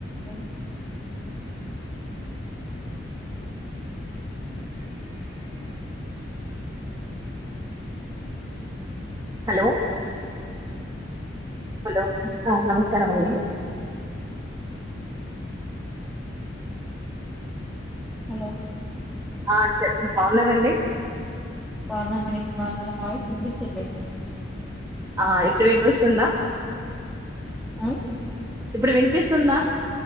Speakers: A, in the centre; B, on the right.
A: అ
B: hello hello ఆ నమస్కారమండి
A: hello
B: ఆ చెప్పు బాగున్నారండి
A: బానామని నా వాయిస్ వినిపిచట్లేదా
B: ఆ ఇప్పుడు విని వస్తుందా
A: ఆ
B: ఇప్పుడు వినిపిస్తుందా